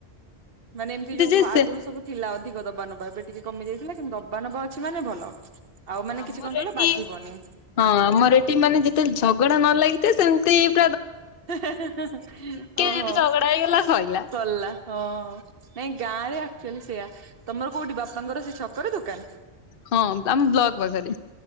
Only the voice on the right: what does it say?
ମାନେ ଏମିତି ଯୋଉ
ଆଗରୁ
ସବୁ ଥିଲା। ଅଧିକ ଦବା ନବା ଏବେ ଟିକେ କମିଯାଇଥିଲା କିନ୍ତୁ ଦବା ନବା ଅଛି ମାନେ ଭଲ। ଆଉ ମାନେ
କିଛି କଣ କହିଲ
ବାଧିବନି
ହଁ ‌
ହଁ
ସରିଲା
ହ ନାଇଁ ଗାଁରେ ତାହେଲେ ସେଇୟା ତମର କୋଉଠି ବାପାଙ୍କର ସେ ଛକରେ ଦୋକାନ?